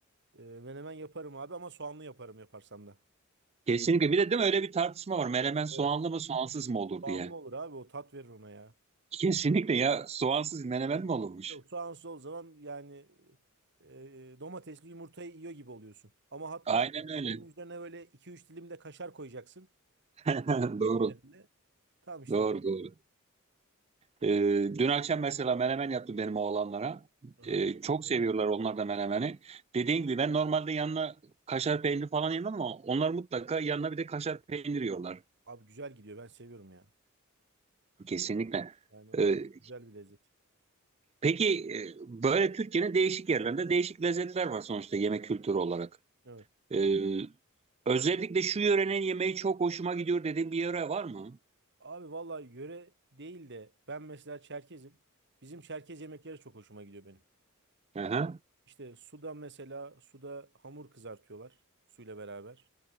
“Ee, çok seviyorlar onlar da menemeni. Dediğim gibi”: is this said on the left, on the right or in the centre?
Right